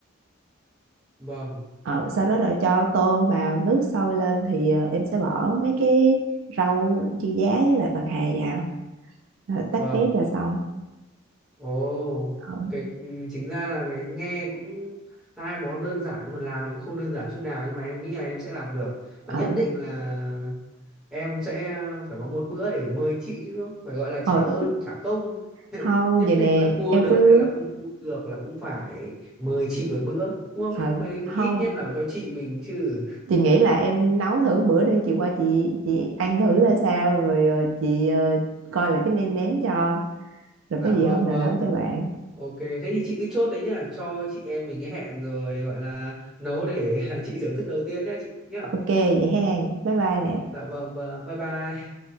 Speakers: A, in the centre; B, on the right.
A: vâng
B: Ờ, sau đó là cho tôm vào nước sôi lên thì ờ, em sẽ bỏ mấy cái rau dưa giá với lại bạc hà vào Rồi tắt
A: vâng
B: bếp là xong
A: ồ
B: ờ
A: cái ừ, chính ra là cái nghe cũng hai món đơn giản nhưng mà làm thì cũng không đơn giản chút nào nhưng mà em nghĩ là em sẽ làm được và
B: ờ
A: nhất định là em sẽ phải có một bữa để mời chị chứ không phải gọi là trả
B: ờ
A: ơn trả công <laughs>
B: không
A: nhất
B: vậy
A: định
B: nè
A: là cua
B: em
A: được
B: cứ
A: hay là không cua được là cũng phải mời chị một bữa đúng không
B: ờ
A: Vậy
B: không
A: ít nhất là phải cho chị mình chứ
B: chị nghĩ là em nấu thử bữa đi chị qua chị chị ăn thử ra sao rồi ờ, chị ờ, coi là cái nêm nếm cho rồi
A: dạ
B: có gì
A: vâng
B: hôm nào
A: vâng
B: nấu cho bạn
A: ok thế thì chị cứ chốt đấy nhá cho chị em mình cái hẹn rồi gọi là nấu để <laughs> chị thưởng thức đầu tiên nhá chị nhá
B: ok vậy hen bye bye nè
A: dạ vâng vâng bye bye